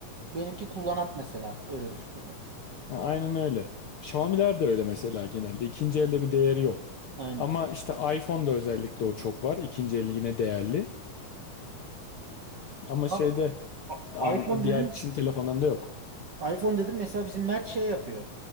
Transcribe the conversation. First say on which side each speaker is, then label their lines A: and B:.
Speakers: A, on the right; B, on the left.
A: benimki kullanat mesela. Öyle düşün.
B: Ya, aynen öyle. Xiaomi'ler de öyle mesela genelde. İkinci elde bir değeri yok.
A: <laughs> Aynen.
B: Ama işte iPhone'da özellikle o çok var. İkinci eli yine değerli. Ama
A: Tamam.
B: şeyde an,
A: A- iPhone
B: diğer
A: dedim
B: Çin telefonlarında yok.
A: iPhone dedim mesela bizim Mert şey yapıyor.